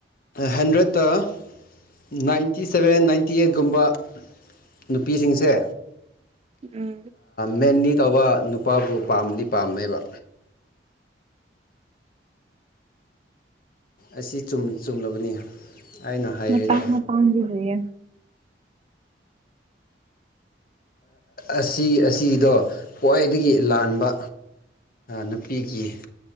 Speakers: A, on the left (about 50°); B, on the right (about 35°).
A: ꯍꯟꯗ꯭ꯔꯦꯠꯇ ꯅꯥꯏꯟꯇꯤ ꯁꯕꯦꯟ ꯅꯥꯏꯟꯇꯤ ꯑꯩꯠꯀꯨꯝꯕ ꯅꯨꯄꯤꯁꯤꯡꯁꯦ
B: ꯎꯝ
A: ꯃꯦꯟꯂꯤ ꯇꯧꯕ ꯅꯨꯄꯥꯕꯨ ꯄꯥꯝꯗꯤ ꯄꯥꯝꯃꯦꯕ ꯑꯁꯤ ꯆꯨꯝ ꯆꯨꯝꯂꯕꯅꯤ ꯑꯩꯅ ꯍꯥꯏꯔꯤꯗꯣ
B: ꯃꯇꯥꯡ ꯃꯇꯥꯡꯒꯤ ꯂꯩꯏꯌꯦ
A: ꯑꯁꯤꯒꯤ ꯑꯁꯤꯒꯤꯗꯣ ꯈ꯭ꯋꯥꯏꯗꯒꯤ ꯂꯥꯟꯕ ꯅꯨꯄꯤꯒꯤ